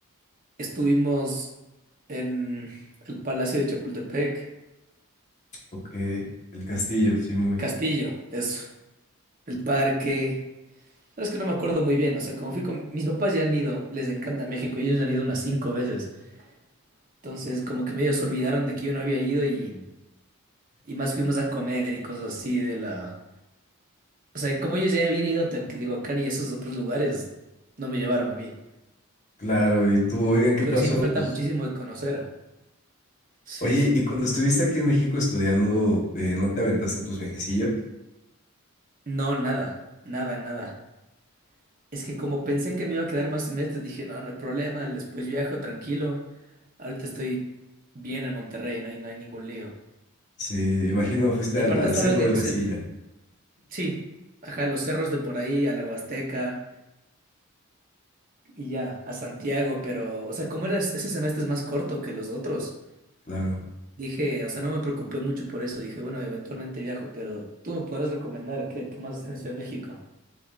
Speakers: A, on the right (about 40°); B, on the left (about 30°).
A: Estuvimos en el Palacio de Chapultepec,
B: Ok, el castillo, sí, muy
A: Castillo, eso, el parque. Sabes que no me acuerdo muy bien, o sea, como fui con mis papás ya han ido, les encanta México, ellos han ido unas cinco veces. Entonces, como que medio se olvidaron de que yo no había ido y, y más fuimos a comer y cosas así de la. O sea, como ellos ya habían ido a Teotihuacán y esos otros lugares, no me llevaron a mí.
B: claro. Y tú, oigan, ¿qué
A: Pero
B: pasó?
A: sí me falta
B: Pues,
A: muchísimo de conocer. Sí,
B: oye, ¿y cuando estuviste aquí en México estudiando, eh, no te aventaste tus viajecillos?
A: no, nada, nada, nada. Es que como pensé que me iba a quedar más semestres, dije, no, no hay problema, después viajo tranquilo. Ahorita estoy bien en Monterrey, no hay, no hay ningún lío.
B: Sí, imagino fuiste
A: Y
B: al,
A: aparte
B: al
A: estaba
B: Cerro
A: en
B: de la
A: ese,
B: Silla,
A: sí, ajá, los cerros de por ahí, a la Huasteca y ya, a Santiago, pero, o sea, como era ese semestre es más corto que los otros,
B: claro.
A: dije, o sea, no me preocupé mucho por eso, dije, bueno, eventualmente viajo, pero tú me podrás recomendar qué, qué más hacer en Ciudad de México.